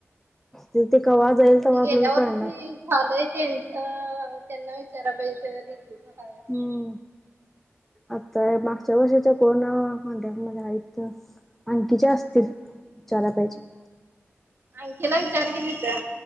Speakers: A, in the centre; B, on the right.
A: तिथे कवाज आहे
B: ते
A: आपल्याला
B: गेल्या वर्षी
A: कळणार
B: झालंय त्यांचं त्यांना विचारा पाहिजे त्यांना दिच काय असं
A: हम्म आता मागच्या वर्षीचा कोण कॉन्ट्रॅक्ट मध्ये आहेत आणंखीचे असतील विचारा पाहिजे
B: आणंखीला विचार केली त्या